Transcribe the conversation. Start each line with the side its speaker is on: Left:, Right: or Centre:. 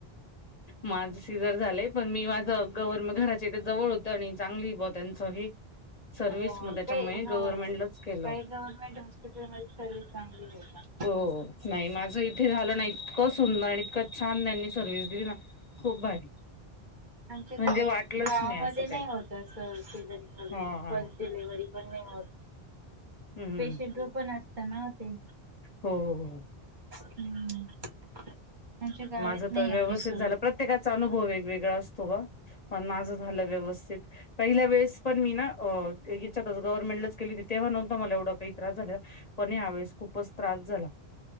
Left: माझ सिजर झालय. पण मी माझं गर म घराचेथ जवळ होतं आणि चांगली ब त्यांचं हे. सर्व्हिस
Right: हो
Left: मग त्याच्यामुळे
Right: काही हो
Left: गव्हर्नमेंटलाच
Right: काही
Left: केलं.
Right: गव्हर्नमेंट हॉस्पिटल म सर्वि्हस चांगली हो का.
Left: हो नाही माझं इथे झालं नाही इतकं सुंदर आणि इतकं सर्व्हिस दिली ना. खूप भारी.
Right: आमच्या
Left: म्हणजे
Right: गाव
Left: वाटलंच
Right: गावामध्ये
Left: असं काही
Right: नाही होत अस सिजरिंग वगैरे
Left: हा हा
Right: फ. डिलिव्हरी पण नाही होत
Left: हम्म
Right: पेशंट वर पण असत ना ते.
Left: हो हो हो.
Right: हम्म. आमच्या गावात
Left: माझ
Right: नाही
Left: तर व्यवस्थित
Right: एवढी सोय.
Left: झालं प्रत्येकाचा अनुभव वेगवेगळा असतो. पण माझं झालं व्यवस्थित पहिल्या वेळेस पण मी ना अ. गव्हर्नमेंटच केली तेव्हा नव्हता मला एवढा काही त्रास झाला पण या वेळेस खूपच त्रास झाला.